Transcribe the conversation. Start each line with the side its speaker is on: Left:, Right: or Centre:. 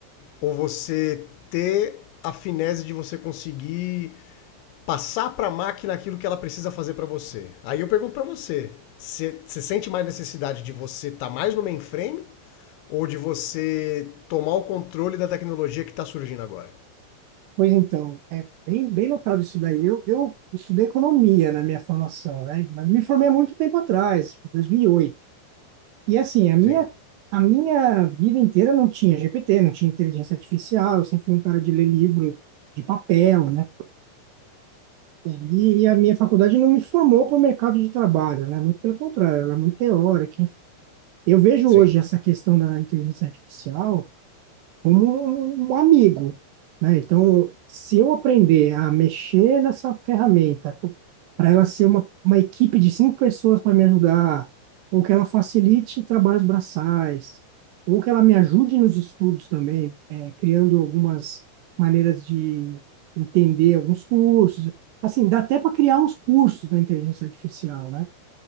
Left: ou você ter a finese de você conseguir passar para a máquina aquilo que ela precisa fazer para você. Aí eu pergunto para você, você sente mais necessidade de você estar tá mais no mainframe ou de você tomar o controle da tecnologia que está surgindo agora?
Right: Pois então, é bem, bem notado isso daí. Eu, eu estudei economia na minha formação, né? Mas me formei há muito tempo atrás, em dois mil E oito e assim, a minha,
Left: Sim,
Right: a minha vida inteira não tinha GPT, não tinha inteligência artificial, eu sempre fui um cara de ler livro de papel, né? E, e a minha faculdade não me formou para o mercado de trabalho, né? Muito pelo contrário, ela é muito teórica. enfim. Eu vejo
Left: sim,
Right: hoje essa questão da inteligência artificial como um um amigo, né? Então, se eu aprender a mexer nessa ferramenta, para ela ser uma, uma equipe de cinco pessoas para me ajudar, ou que ela facilite trabalhos braçais, ou que ela me ajude nos estudos também, eh, criando algumas maneiras de entender alguns cursos. Assim, dá até para criar uns cursos na inteligência artificial, né?